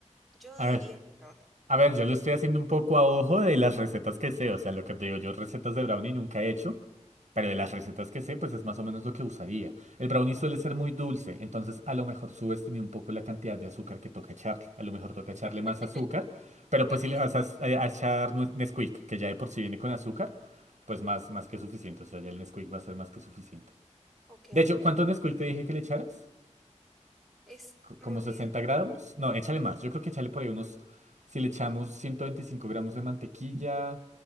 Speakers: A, in the centre; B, on the right (about 70°).
A: Yo
B: A
A: diría
B: ver,
A: que no.
B: A ver, yo lo estoy haciendo un poco a ojo de las recetas que sé, o sea, lo que te digo, yo recetas de brownie nunca he hecho, pero de las recetas que sé, pues es más o menos lo que usaría. El brownie suele
A: Ah.
B: ser muy dulce, entonces a lo mejor subestimé un poco la cantidad de azúcar que toca echarle, a lo mejor toca echarle más
A: <laughs>
B: azúcar, pero pues
A: Ok,
B: si le vas a, a echar nue- Nesquik, que ya de por sí viene con azúcar, pues más, más que suficiente, o sea, ya el Nesquik va a ser más que suficiente.
A: ok,
B: De hecho,
A: ok.
B: ¿cuánto Nesquik te dije que le echaras?
A: Es,
B: co- como
A: me olvidé.
B: 60 gramos. No, échale más. Yo creo que échale por ahí unos. Si le echamos 125 gramos de mantequilla,